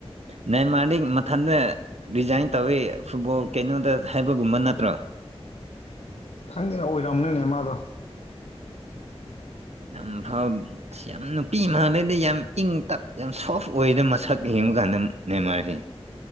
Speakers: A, on the right; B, on the left.
A: ꯅꯏ ꯃꯥꯔꯗꯤ ꯃꯊꯟꯗ ꯔꯤꯖꯥꯏꯟ ꯇꯧꯋꯤ ꯐꯨꯠꯕꯣꯜ ꯀꯩꯅꯣꯗ ꯍꯥꯏꯕꯒꯨꯝꯕ ꯅꯠꯇ꯭ꯔꯣ
B: ꯈꯪꯗꯦꯅ ꯑꯣꯏꯔꯝꯅꯅꯦ ꯃꯥꯗꯣ
A: ꯑꯝꯐꯝ ꯑꯁ ꯌꯥꯝ ꯅꯨꯄꯤ ꯃꯜꯂꯩꯗ ꯌꯥꯝ ꯏꯪ ꯇꯞ ꯌꯥꯝ ꯁꯣꯐ ꯑꯣꯏꯗ ꯃꯁꯛ ꯌꯦꯡꯕ ꯀꯥꯟꯗ ꯅꯦꯝꯃꯔꯁꯤ